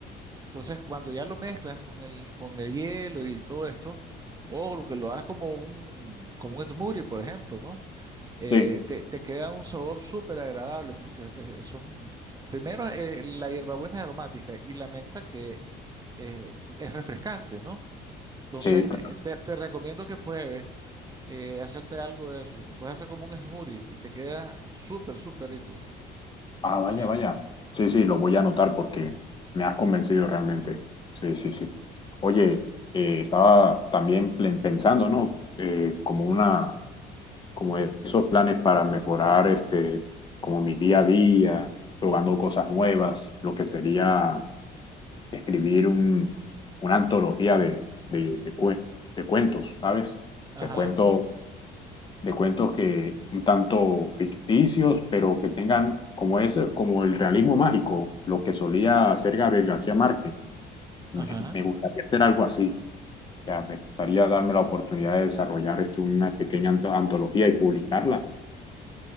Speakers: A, on the right; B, on the left.
A: Entonces, cuando ya lo mezclas con el, con el hielo y todo esto, o lo que lo hagas como un, como un smoothie, por ejemplo, ¿no? Eh,
B: sí,
A: te, te queda un sabor súper agradable porque eh, son, primero, eh, la hierbabuena es aromática y la menta que eh, es refrescante, ¿no? Entonces,
B: sí.
A: eh, te, te recomiendo que pruebes eh, hacerte algo de eso. Lo puedes hacer como un smoothie y te queda súper, súper rico.
B: Ah, vaya,
A: Entonces,
B: vaya. Sí, sí, lo voy a anotar porque me has convencido realmente. Sí, sí, sí. Oye, eh, estaba también plen- pensando, ¿no? Eh, como una, como esos planes para mejorar este, como mi día a día, probando cosas nuevas, lo que sería escribir un, una antología de, de, de cue- de cuentos, ¿sabes?
A: ajá,
B: De cuentos de cuentos que un tanto ficticios, pero que tengan como ese, como el realismo mágico, lo que solía hacer Gabriel García Márquez.
A: ajá.
B: Me, me gustaría hacer algo así. Ya, me gustaría darme la oportunidad de desarrollar esto una pequeña anto- antología y publicarla.